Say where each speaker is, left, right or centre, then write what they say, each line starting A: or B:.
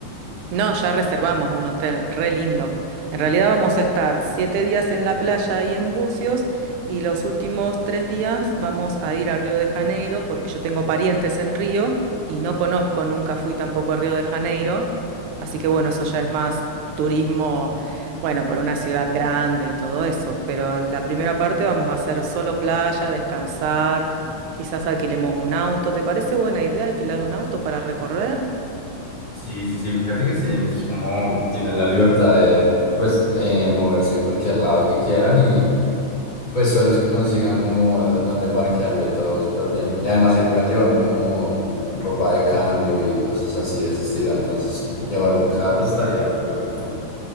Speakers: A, on the right; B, on the left.
A: No, ya reservamos un hotel re lindo. En realidad vamos a estar siete días en la playa y en Bucios y los últimos tres días vamos a ir a Río de Janeiro porque yo tengo parientes en Río y no conozco, nunca fui tampoco a Río de Janeiro. Así que bueno, eso ya es más turismo, bueno, por una ciudad grande y todo eso. Pero la primera parte vamos a hacer solo playa, descansar, quizás alquilemos un auto. ¿Te parece buena idea alquilar un auto para recorrer?
B: Sí, sí, sí, fíjate que sí, es como tienen la libertad de, pues, eh, moverse a cualquier lado que quieran y, pues, son los que consigan como d- dónde parquearlo y todo súper bien. Y además ahí pueden llevar como ropa de cambio y cosas así de ese estilo, entonces llevar un carro estaría perfecto.